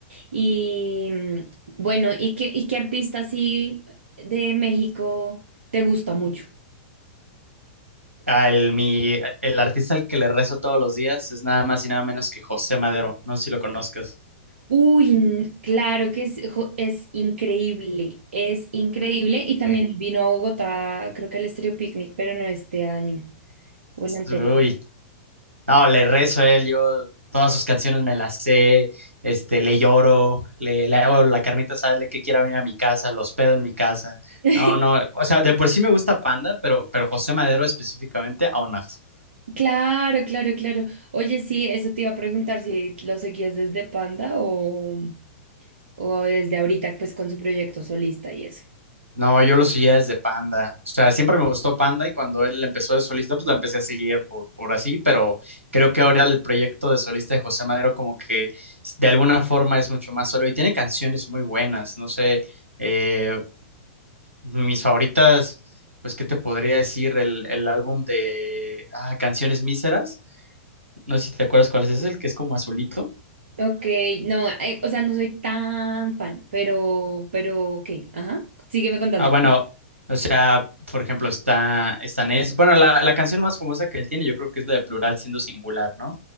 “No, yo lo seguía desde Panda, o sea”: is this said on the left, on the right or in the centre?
Right